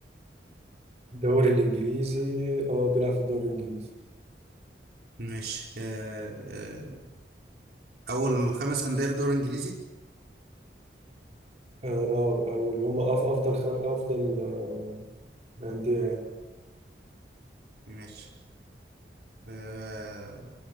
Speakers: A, on the right; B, on the right.
A: الدوري الانجليزي اه بيلعب في الدوري الانجليزي
B: ماشي آه، آه، أول خمس أندية في الدوري الإنجليزي
A: اه آه، او اللي هم أف افضل خم... افضل آه، الانديه يعني
B: ماشي آه،